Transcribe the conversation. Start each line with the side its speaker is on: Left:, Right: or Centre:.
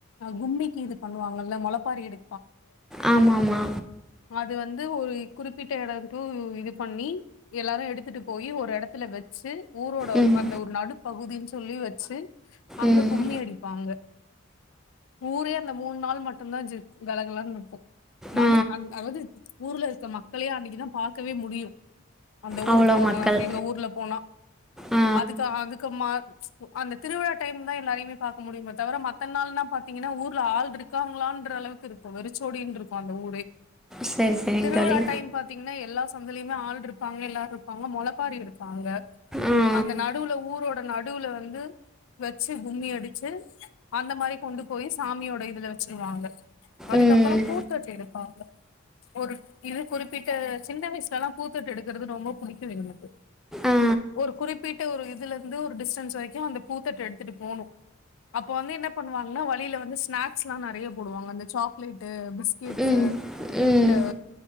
Left: கும்மிக்கி இது பண்ணுவாங்க இல்ல மொளப்பாரி எடு
Centre: ஆமா ஆமா
Left: அது வந்து ஒரு குறிப்பிட்ட இடதுகு இது பண்ணி எல்லாரும் எடுத்துட்டு போய் ஒரு எடத்துல வச்சி ஊரோட
Centre: ம்
Left: அந்த ஒரு நடுப்பகுதின் துல்லி வச்சி அங்க
Centre: ம்
Left: கும்மி அடிப்பாங்க ஊரே அந்த மூணு நாள் மட்டுதான் சிக் கலகலனு இருக்கு மனிச்
Centre: ஆ
Left: அந் அதாவது ஊர்ல இருக்க மக்களே அன்னக்கிதா பாக்கவே முடியும் அந்த ஊருக்கு
Centre: அவ்வளோ
Left: போகல
Centre: மக்கள்
Left: எங்க ஊர்ல போனா
Centre: ஆ
Left: அதுக்கு அதுக்கு மா அந்த திருழா டைம் தான் எல்லாரையமே பாக்க முடியுமே தவிர மத்த நாள்னா பாத்தீங்கன்னா ஊர்ல ஆள் இருக்காங்களான் அளவுக்கு இருக்கும் வெறிச்சோடனு இருக்கும் அந்த ஊரே
Centre: சரி சரிங்க
Left: திருவுழா
Centre: தோழி
Left: டைம் பாத்தீங்னா எல்லா ஸ் சொந்தலையுமே ஆள் இருப்பாங்க எல்லாரும் இருப்பாங்க முளப்பாரி எடுப்பாங்க
Centre: ஆ
Left: அந்த நடுவுல ஊரோட நடுவுல வந்து வச்சி கும்மி அடிச்சி அந்த மாரி கொண்டு போய் சாமியோட இதுல வச்சிருவாங்க அதுக்கப்பற
Centre: ம்
Left: பூத் தட் எடுப்பாங்க ஒரு இது குறிப்பிட்ட சின்ன வயசுல எல்லா பூத்தட்டு எடுக்கிறது ரொம்ப புடிக்கும் எங்களுக்கு
Centre: ஆ
Left: ஒரு குறிப்பிட் த்த ஒரு இதுல இருந்து ஒரு டிஸ்சன்ஸ் வரக்கி அந்த பூ தட்டு எடுத்துட்டு போனும் அப்ப வந்து என்ன பண்ணுவாங்கன்னா வழியில வந்து ஸ்நாக்ஸ்லா நரயா போடுவாங்க அந்த சாக்லேட்டு பிஸ்கடு
Centre: ம் ம்
Left: இந்த